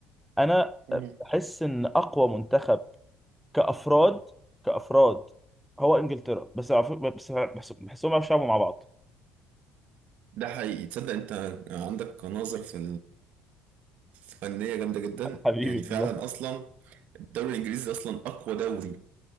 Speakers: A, in the centre; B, on the right.
A: أنا
B: مم.
A: بحس إن أقوى منتخب كأفراد كأفراد هو إنجلترا بس عف- بس بس بحسهم بيعرفوا يلعبوا مع بعض
B: ده حقيقي تصدق انت عندك نظر في الفنية جامدة جدا
A: <laughs> حبيبي
B: يعني فعلا
A: والله
B: اصلا الدوري الانجليزي اصلا اقوى دوري